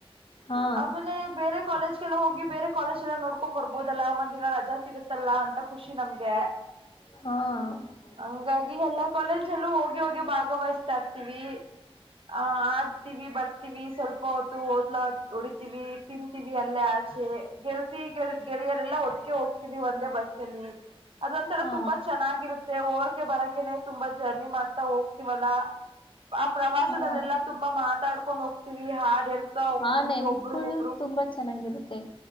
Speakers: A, on the left; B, on the right.
A: ಹಾ
B: ಆಮೇಲೆ ಬೇರೆ ಕಾಲೇಜ್ ಲ್ಲ ಹೋಗಿ ಬೇರೆ ಕಾಲೇಜ್ ಎಲ್ಲ ನೋಡ್ಕೊಂಡ್ ಬರ್ಬೋದಲ್ಲಾ ಒಂದ್ ದಿನ ರಜಾ ಸಿಗತ್ತಲ್ಲ ಅಂತ ಖುಷಿ ನಮ್ಗೆ.
A: ಹಾ ಹಾ
B: ಹಂಗಾಗಿ ಎಲ್ಲಾ ಕಾಲೇಜಲ್ಲು ಹೋಗಿ ಹೋಗಿ ಭಾಗವಹಿಸ್ತಾ ಇರ್ತೀವಿ. ಅ ಆಡ್ತೀವಿ ಬರ್ತೀವಿ ಸ್ವಲ್ಪ ಹೊ ಒದ್ಲಾ ಓಡಿ ತೀವಿ ತಿಂತೀವಿ ಅಲ್ಲೇ ಆಚೆ ಗೆಲ್ತಿ ಗೆಳೆಯರೆಲ್ಲ ಒಟ್ಟಿಗೆ ಹೋಗ್ತೀವಿ ಒಂದೇ ಬಸ್ಸ ಅಲ್ಲಿ ಅದೊಂತರ
A: ಹಾ
B: ತುಂಬಾ ಚೆನ್ನಾಗಿರುತ್ತೆ ಹೋಗಕ್ಕೆ ಬರಕ್ಕ <inaudible> ತುಂಬಾ ಜರ್ನಿ ಮಾಡ್ತಾ ಹೋಗ್ತವಲ್ಲ ಆ ಪ್ರವಾಸದಲ್ಲೆಲ್ಲಾ
A: ಹಾ
B: ತುಂಬಾ ಮಾತಾಡ್ಕೊಂಡ್ ಹೋಗ್ತಿವಿ ಹಾಡ್ ಹೇಳ್ತಾ ಹೋಗ್ತವಿ
A: ಆ ನೆನಪುಗಳು
B: ಒಬ್ರಗ ಒಬ್ರು
A: ತುಂಬಾ ಚೆನ್ನಾಗಿರುತ್ತೆ